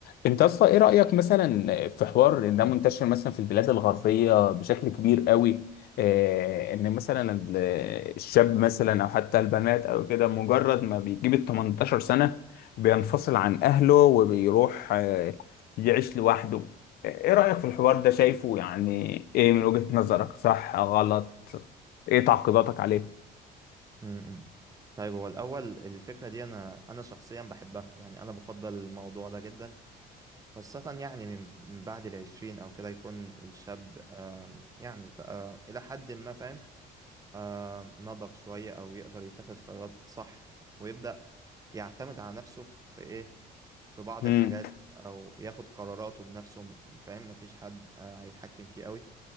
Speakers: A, on the left (about 65°); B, on the right (about 20°).
A: انت اصلا ايه رأيك مثلا في حوار ان ده منتشر مثلا في البلاد الغربية بشكل كبير قوي آه، ان مثلا ال- الشاب مثلا او حتى البنات او كده مجرد ما بيجيب ال 18 سنة بينفصل عن اهله وبيروح آه، يعيش لوحده ايه رأيك في الحوار ده شايفه يعني ايه من وجهة نظرك صح غلط ايه تعقيباتك عليه
B: امم امم. طيب هو الأول الفكرة دي أنا أنا شخصيا بحبها يعني أنا بفضل الموضوع ده جدا خاصة يعني من من بعد العشرين أو كده يكون الشاب آم، يعني بقى إلى حد ما فاهم آم، نضج شوية أو يقدر يتخذ قرارات صح ويبدأ يعتمد على نفسه في إيه في بعض
A: امم
B: الحاجات أو ياخد قراراته بنفسه فاهم مفيش حد آه، هيتحكم فيه قوي